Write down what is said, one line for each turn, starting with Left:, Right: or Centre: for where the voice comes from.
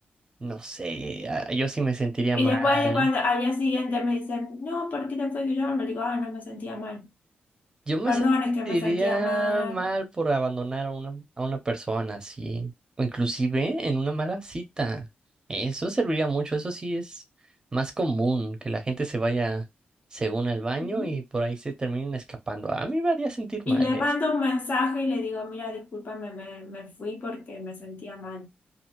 Right: no sé, ah, yo sí me sentiría
Left: Y
Right: mal.
Left: después de cuando al día siguiente me dicen, no, ¿por qué te fue que yo? Me digo, ah, no me sentía mal.
Right: Yo me
Left: Perdón,
Right: sentiría
Left: es que me sentía mal.
Right: mal por abandonar a una, a una persona, así, O inclusive en una mala cita. Eso serviría mucho. Eso sí es más común, que la gente se vaya según al baño
Left: Ujú.
Right: y por ahí se terminen escapando. A mí me haría sentir
Left: Y
Right: mal
Left: le
Right: eso.
Left: mando un mensaje y le digo, mira, discúlpame, me, me fui porque me sentía mal